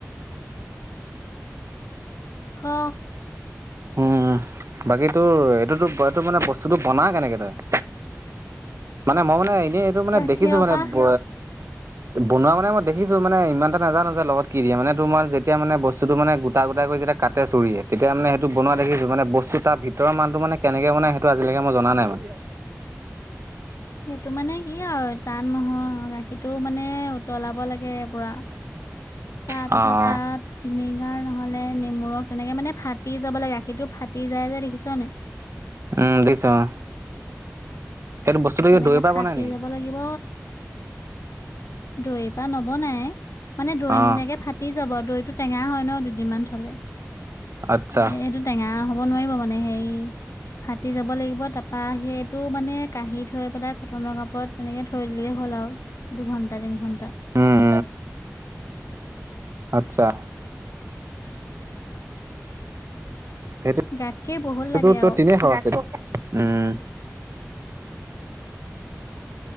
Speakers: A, on the left; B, on the right.
A: ক!
B: উম বাকী তোৰ এইটোতো এইটো মানে বস্তুটো বনা কেনেকে তই? মানে মই মানে এনেই এইটো মানে
A: গাখীৰৰ
B: দেখিছো মানে
A: পৰা
B: ব বনোৱা মানে মই দেখিছো মানে ইমান এ নাজানোয যে লগত কি দিয়ে মানে তোমাৰ যেতিয়া মানে বস্তু বস্তুটো মানে গোটা গোটাকৈ যেতি কাতে চুৰিয় তেতি মানে সেইটো বনোৱা দেখছোঁ মানে বস্তুৰ ভিতৰ মালটো মানে কেনেকে াই সেইটো আজিলকে মই জনা নাই মানে।
A: <unintelligible> সেইটো মানে কি আৰু টান নহয় গাখীৰটো মানে উতলাব লাগে পুৰা। তাৰ
B: অ',
A: পিছত
B: অ',
A: তাত পিনে খাৰ নহলে নেমুৰক তেনেকে মানে ফাটি যাব লাগে। গখীৰটো ফাটি যায় যে দেখিছ নাই?
B: উম দেখিছোঁ অ। সেইটো বস্তুটো
A: তেনেকে
B: কি দৈ পৰা
A: ফাটি
B: বনাই নেকি?
A: যাব লাগিব। দৈৰ পৰা নবনে মানে দৈ
B: অ',
A: নিচিনাকে ফাটি যাব দৈ টো টেঙা হয় ন দুদিনমান থলে।
B: আচ্ছা
A: এ এইটো টেঙা হব নোৱাৰিব মানে হেই ফাতি যাব লাগিব, তাৰপা সেইটো মানে কাঁহী থৈ পেলাই কটনৰ কাপত তেনেকে থৈ দিলেই হ'ল আৰু এই দুঘন্টা তিনি ঘন্টা।
B: উম,
A: <unintelligible>
B: আচ্ছা। সেইটো
A: গাখীৰ বহুত
B: স <unintelligible>
A: লাগে
B: ত
A: আকৌ
B: তিনেই সহজ উম